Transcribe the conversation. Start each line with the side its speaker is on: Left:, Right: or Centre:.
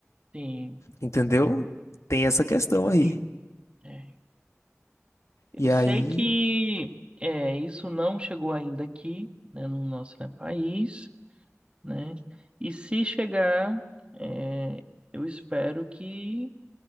Right: sim,
Left: entendeu? Tem essa
Right: verdade.
Left: questão aí.
Right: É. Eu
Left: E
Right: sei
Left: aí,
Right: que é, isso não chegou ainda aqui, né, no nosso, né, país, né? E se chegar, é, eu espero que